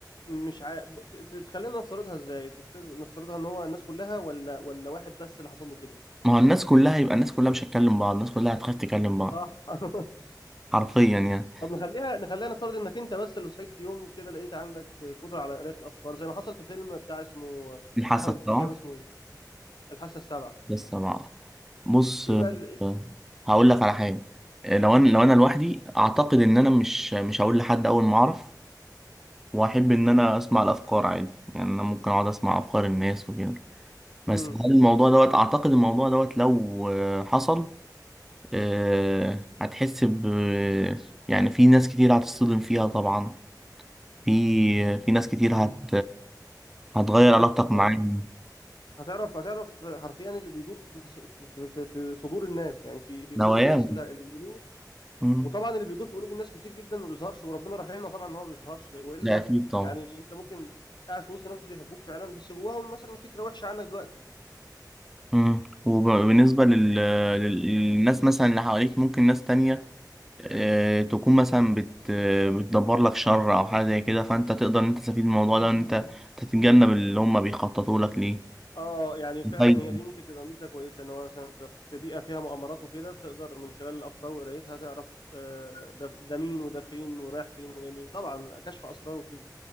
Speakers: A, on the left (about 85°); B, in the centre.
A: مش عا... ت- ت- تخلينا نفترضها إزاي تفترض نفترضها إن هو الناس كلها ولا ولا واحد بس اللي حصل له كده
B: ما هو الناس كلها يبقى الناس كلها مش هتكلم بعض الناس كلها هتخاف تكلم بعض
A: صح <laughs>
B: حرفيا يعني
A: طب نخليها نخليها نفترض انك انت بس اللي صحيت في يوم كده لقيت عندك قدره على قراءه الافكار زي ما حصل في فيلم بتاع اسمه
B: الحاسة
A: احمد الفيشاوي
B: طبعا
A: اسمه ايه الحاسه السابعه
B: لسه بقى بص
A: ايه بقى اللي ايه
B: آه، هقول لك على حاجة آه، لو انا لو انا لوحدي اعتقد ان انا مش مش هقول لحد اول ما اعرف واحب ان انا اسمع الافكار عادي يعني انا ممكن اقعد اسمع افكار الناس وكده بس
A: امم
B: هل الموضوع دوت اعتقد الموضوع دوت لو آه، حصل آه، هتحس ب يعني في ناس كتير هتصطدم فيها طبعا في في ناس كتير هت هتغير علاقتك معاهم
A: اه هتعرف هتعرف حرفيا اللي بيدور في س- في في, في صدور الناس يعني في في
B: نواياهم
A: قلوب الناس اللي اللي بيقولوه
B: مم.
A: وطبعا اللي بيدور في قلوب الناس كتير جدا ما بيظهرش وربنا رحيمنا طبعا ان هو ما بيظهرش لأ- والا
B: لا أكيد طبعا
A: يعني انت ممكن قاعد في وسط ناس بيحبوك فعلا بس جواهم مثلا فكره وحشه عنك دلوقتي
B: مم. وبالنسبة لل... لل- للناس مثلا اللي حواليك ممكن ناس تانية آه، تكون مثلا بت... بتدبر لك شر أو حاجة زي كده فأنت تقدر إن أنت تستفيد من الموضوع ده وإن أنت تتجنب اللي هم بيخططوا لك ليه
A: اه يعني فعلا
B: طيب
A: هي دي ممكن تبقى ميزه كويسه ان هو مثلا انت في بيئه فيها مؤامرات وكده تقدر من خلال الافكار وقرايتها تعرف آه، ده ده مين وده فين ورايح فين وجاي مين طبعا كشف اسرار وكده